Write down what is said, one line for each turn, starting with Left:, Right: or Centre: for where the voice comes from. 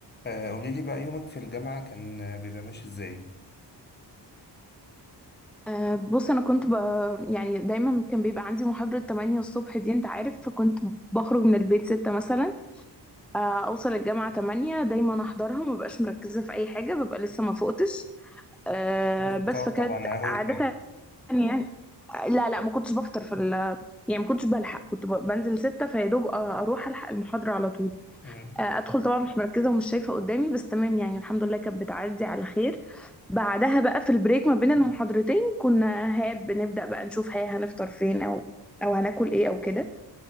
Left: آه، قولي لي بقى يومك في الجامعة كان آه، بيبقى ماشي ازاي؟
Centre: أه بص انا كنت ب... يعني دايما كان بيبقى عندي محاضرة 8 الصبح دي انت عارف فكنت بخرج من البيت 6 مثلا أه اوصل الجامعة 8 دايما احضرها ما ببقاش مركزة في اي حاجة ببقى لسه ما فقتش أه
Left: الفطار
Centre: بس فكانت
Left: طبعا أول
Centre: عادة
Left: حاجة
Centre: يعني آه، لا لا ما كنتش بفطر في ال... يعني ما كنتش بلحق كنت ب... بنزل 6 فيا دوب أ- اروح الحق المحاضرة على طول
Left: مم.
Centre: آه، ادخل طبعا مش مركزه ومش شايفه قدامي بس تمام يعني الحمد لله كانت بتعدي على خير بعدها بقى في البريك ما بين المحاضرتين كنا ها بنبدا بقى نشوف ها هنفطر فين او او هناكل ايه او كده